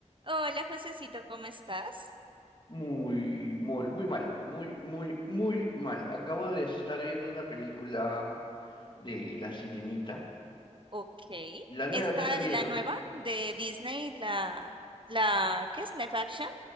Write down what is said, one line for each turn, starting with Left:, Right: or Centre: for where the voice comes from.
Right: Hola, Josecito, ¿cómo estás?
Left: Muy, mol- muy mal, muy, muy, muy mal. Acabo de estar viendo una película de La Sirenita,
Right: Ok.
Left: la nueva
Right: Está
Left: que ha salido.
Right: la nueva de Disney, la, la, ¿qué es? Live action.